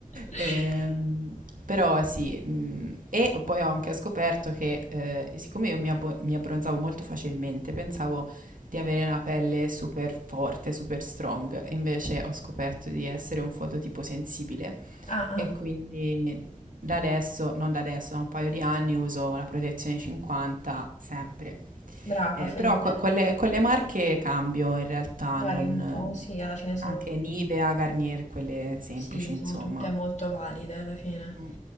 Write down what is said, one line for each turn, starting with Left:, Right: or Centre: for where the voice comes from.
Left: <laughs>
Right: Ehm, però sì, mh, e poi ho anche scoperto che eh, siccome io mi, abbo- mi abbronzavo molto facilmente, pensavo di avere una pelle super forte, super strong, invece ho scoperto di essere un fototipo sensibile
Left: Ah, ah,
Right: e quindi da adesso, non da adesso, da un paio di anni uso la protezione 50 sempre.
Left: brava,
Right: Eh,
Left: fai
Right: però
Left: bene.
Right: co- con le, con le marche cambio in realtà,
Left: Vari
Right: non,
Left: un po', sì, alla fine sono
Right: anche Nivea, Garnier, quelle semplici,
Left: Sì,
Right: insomma.
Left: sono tutte molto valide alla fine.
Right: Mm.